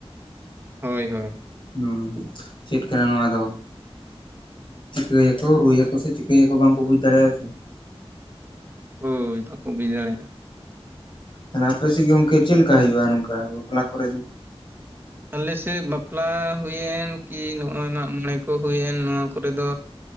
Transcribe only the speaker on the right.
ᱦᱳᱭ ᱦᱳᱭ
ᱦᱳᱭ ᱵᱟᱠᱚ ᱵᱩᱡ ᱫᱟᱲᱮᱭᱟᱜᱼᱟ
ᱟᱞᱮ ᱥᱮᱜ ᱵᱟᱯᱞᱟ ᱦᱩᱭᱮᱱ ᱠᱤ ᱱᱚᱜᱼᱚᱭ ᱢᱟᱜ ᱢᱚᱬᱮ ᱠᱚ ᱦᱩᱭᱮᱱ ᱱᱚᱣᱟ ᱠᱚᱨᱮ ᱫᱚ